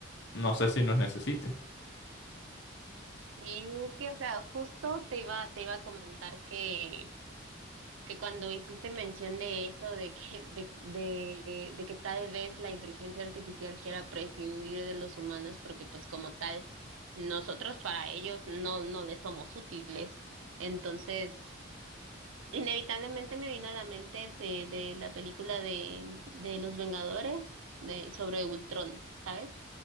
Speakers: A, on the left (about 60°); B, on the right (about 80°).
A: no sé si nos necesite.
B: Y es que, o sea, justo te iba, te iba a comentar que, que cuando hiciste mención de eso, de que, de, de, de que tal vez la inteligencia artificial quiera prescindir de los humanos, porque pues como tal, nosotros para ellos no, no les somos útiles. Entonces, inevitablemente me vino a la mente de, de la película de, de Los Vengadores, de, sobre Ultrón, ¿sabes?